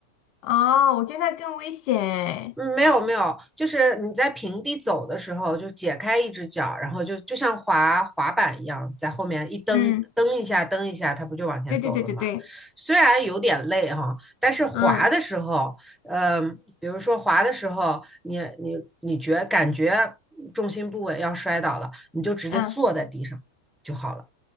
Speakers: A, on the left (about 40°); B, in the centre.
A: 哦，我觉得那更危险欸
B: 嗯，没有没有，就是你在平地走的时候，就解开一只脚，然后就就像滑滑板一样，在后面一蹬蹬一下，
A: 嗯，
B: 蹬一下，它不就往前走了吗？
A: 对对对对对，
B: 虽然有点累哈，但是滑的时候，
A: 嗯
B: 呃，比如说滑的时候，你你你觉感觉重心不稳要摔倒了，你就直接坐在地上就好了。
A: 嗯